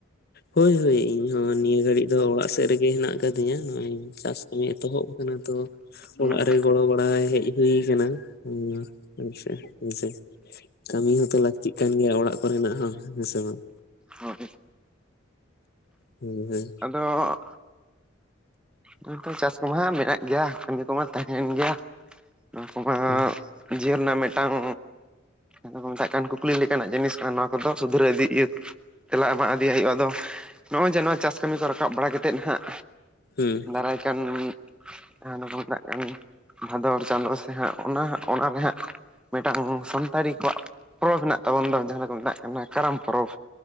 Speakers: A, on the left; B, in the centre.
A: ᱦᱳᱭ ᱦᱳᱭ ᱤᱧᱦᱚ ᱱᱤᱭᱟᱹ ᱜᱷᱟᱹᱲᱤᱡ ᱫᱚ ᱚᱲᱟᱜ ᱥᱮᱫ ᱨᱮᱜᱮ ᱦᱮᱱᱟᱜ ᱟᱠᱟᱫᱤᱧᱟ ᱱᱚᱜᱚᱭ ᱪᱟᱥ ᱮᱛᱚᱦᱚᱵ ᱟᱠᱟᱱᱟ ᱛᱚ
B: ᱦᱩᱸ
A: ᱚᱲᱟᱜ ᱨᱮ ᱜᱚᱲᱚ ᱵᱟᱲᱟ ᱦᱮᱡ ᱦᱩᱭᱩ ᱟᱠᱟᱱᱟ ᱦ ᱦᱮᱸᱥ ᱦᱮᱸᱥ ᱠᱟᱹᱢᱤ ᱦᱚᱸᱛᱚ ᱞᱟᱹᱠᱛᱤᱜ ᱠᱟᱱ ᱜᱮᱭᱟ ᱚᱲᱟᱜ ᱠᱚᱨᱮᱱᱟᱜ ᱦᱚᱸ ᱦᱮᱸᱥᱮ ᱵᱟᱝ
B: ᱦᱳ
A: ᱦᱩᱸ ᱦᱩᱸ
B: ᱟᱫᱚ ᱱᱚ ᱪᱟᱥ ᱠᱚᱢᱟ ᱢᱮᱱᱟᱜ ᱜᱮᱭᱟ ᱠᱟᱹᱢᱤ ᱠᱚᱢᱟ ᱛᱟᱦᱮᱱ ᱜᱮᱭᱟ ᱱᱚᱣᱟ ᱠᱚᱢᱟ
A: ᱦᱮᱸ
B: ᱡᱤᱭᱚᱱ ᱨᱮᱱᱟᱜ ᱢᱤᱫᱴᱟᱝ ᱠᱚ ᱢᱮᱛᱟᱜ ᱠᱟᱱ ᱠᱚ ᱠᱩᱠᱞᱤ ᱞᱮᱠᱟᱱᱟᱜ ᱡᱤᱱᱤᱥ ᱠᱟᱱᱟ ᱱᱚᱣᱟ ᱠᱚᱫᱚ ᱥᱩᱫᱷᱨᱟᱹ ᱤᱫᱤ ᱤᱭᱟᱹ ᱛᱮᱞᱟ ᱮᱢᱟᱜ ᱤᱫᱤᱭᱟᱜ ᱦᱩᱭᱩᱜᱼᱟ ᱟᱫᱚ ᱱᱚᱜᱼᱚᱭ ᱡᱮ ᱱᱚᱣᱟ ᱪᱟᱥ ᱠᱟᱹᱢᱤ ᱠᱚ ᱨᱟᱠᱟᱵ ᱵᱟᱲᱟ ᱠᱟᱛᱮᱫ ᱱᱟᱦᱟᱜ
A: ᱦᱮᱸ
B: <unintelligible> ᱠᱟᱱ ᱦᱚᱠᱚ ᱢᱮᱛᱟᱜ ᱠᱟᱱ ᱵᱷᱟᱫᱚᱨ ᱪᱟᱸᱫᱳ ᱥᱮ ᱦᱟᱸᱜ ᱚᱱᱟ ᱚᱱᱟᱨᱮ ᱦᱟᱸᱜ ᱢᱤᱫᱴᱟᱝ ᱥᱟᱱᱛᱟᱲᱤ ᱠᱚᱣᱟᱜ ᱯᱚᱨᱚᱵᱽ ᱢᱮᱱᱟᱜ ᱛᱟᱵᱚᱱ ᱫᱚ ᱡᱟᱦᱟᱸ ᱫᱚ ᱠᱚ ᱢᱮᱛᱟᱜ ᱠᱟᱱᱟ ᱠᱟᱨᱟᱢ ᱯᱚᱨᱚᱵᱽ